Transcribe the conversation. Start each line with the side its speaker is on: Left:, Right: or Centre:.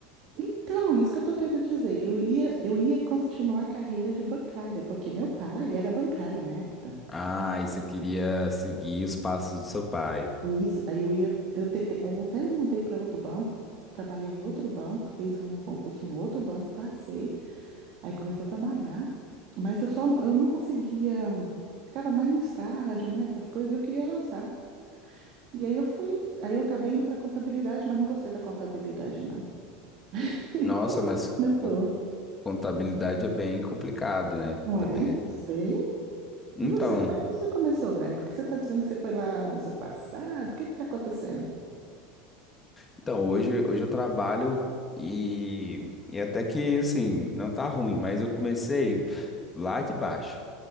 Right: Então, isso que eu tô tentando dizer. Eu ia, eu ia continuar a carreira de bancária, porque meu pai era bancário na época.
Left: Ah, e você queria seguir os passos do seu pai.
Right: E Isso, aí eu ia, eu tentei, aí eu até mudei para outro banco, trabalhei em outro banco, fiz um concurso em outro banco, passei, aí comecei a trabalhar, mas eu só, eu não conseguia, ficava mais no estágio, né, essas coisas, e eu queria avançar. E aí eu fui, aí eu acabei indo para contabilidade, mas não gostei da contabilidade, não. <laughs> E
Left: Nossa,
Right: Como
Left: mas
Right: você começou?
Left: co- contabilidade é bem complicado, né?
Right: Não
Left: Contabilidade.
Right: é? Eu sei.
Left: Então.
Right: E você, como é que você começou, Brian? Porque você está dizendo que você foi lá no seu passado, o que que está acontecendo?
Left: Então, hoje, hoje eu trabalho e, e até que, assim, não tá ruim, mas eu comecei lá de baixo.